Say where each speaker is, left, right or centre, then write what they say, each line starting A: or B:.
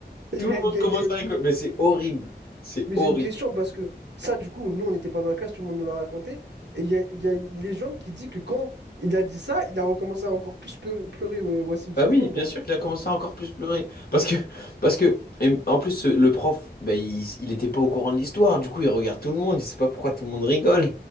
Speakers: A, on the right (about 85°); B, on the left (about 60°).
A: il
B: tout le
A: y a-
B: monde
A: il y
B: commence
A: a- il y
B: à rigoler.
A: a-
B: Mais c'est horrible. C'est
A: mais
B: horrible.
A: j'ai une question parce que ça, du coup, nous, on n'était pas dans la classe, tout le monde nous l'a raconté. Et il y a, il y a une légende qui dit que quand il a dit ça, il a recommencé à encore plus pleu- pleurer, ouais, Wassim,
B: Bah
A: c'est
B: oui,
A: vrai ou
B: bien
A: pas?
B: sûr qu'il a commencé à encore plus pleurer. Parce que, parce que, et en plus, ce- le prof, bah, il, il était pas au courant de l'histoire. Du coup, il regarde tout le monde. Il sait pas pourquoi tout le monde rigole.